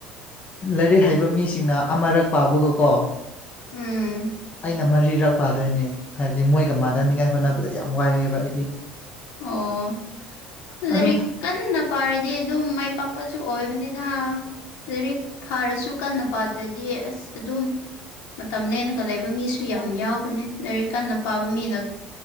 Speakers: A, on the left (about 35°); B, on the left (about 65°).
A: ꯂꯥꯏꯔꯤꯛ ꯍꯩꯕ ꯃꯤꯁꯤꯡꯅ ꯑꯃꯔꯛ ꯄꯥꯕꯒꯀꯣ
B: ꯎꯝ
A: ꯑꯩꯅ ꯃꯔꯤꯔꯛ ꯄꯥꯗꯣꯏꯅꯦ ꯍꯥꯏꯕꯗꯤ ꯃꯣꯏꯒ ꯃꯥꯟꯅꯅꯤꯉꯥꯏ ꯍꯣꯠꯅꯕꯗ ꯌꯥꯝ ꯋꯥꯏꯑꯦꯕ ꯑꯩꯗꯤ
B: ꯑꯣ
A: ꯑꯗꯨꯝ
B: ꯂꯥꯏꯔꯤꯛ ꯀꯟꯅ ꯄꯥꯔꯗꯤ ꯑꯗꯨꯝ ꯃꯥꯢ ꯄꯛꯄꯁꯨ ꯑꯣꯏꯕꯅꯤꯗ ꯂꯥꯏꯔꯤꯛ ꯐꯥꯔꯁꯨ ꯀꯟꯅ ꯄꯥꯗ꯭ꯔꯗꯤ ꯑꯁ ꯑꯗꯨꯝ ꯃꯇꯝ ꯂꯦꯟꯂꯒ ꯂꯩꯕ ꯃꯤꯁꯨ ꯌꯥꯝ ꯌꯥꯎꯕꯅꯦ ꯂꯥꯏꯔꯤꯛ ꯀꯟꯅ ꯄꯥꯕ ꯃꯤꯅ